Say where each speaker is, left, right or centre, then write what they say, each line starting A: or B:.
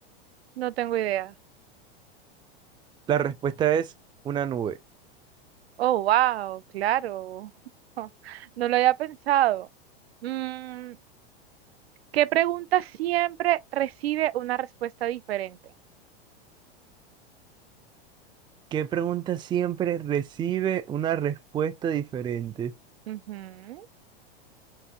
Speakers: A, on the right; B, on the right.
A: no tengo idea.
B: La respuesta es una nube.
A: Oh, wow, claro. <laughs> No lo había pensado. Mm, ¿Qué pregunta siempre recibe una respuesta diferente?
B: ¿Qué pregunta siempre recibe una respuesta diferente?
A: Ujú.